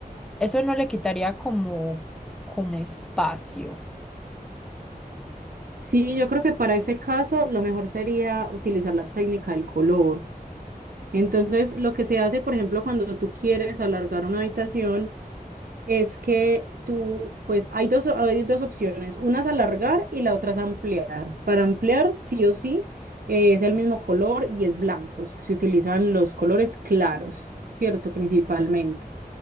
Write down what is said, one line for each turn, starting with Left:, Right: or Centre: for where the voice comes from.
Centre: eso no le quitaría como como espacio.
Right: Sí, yo creo que para ese caso lo mejor sería utilizar la técnica del color. Entonces, lo que se hace, por ejemplo, cuando tú quieres alargar una habitación, es que tú, pues hay dos, hay dos opciones. Una es alargar y la otra es ampliar. Para ampliar, sí o sí, eh, es el mismo color y es blancos. Se utilizan los colores claros, ¿cierto? Principalmente.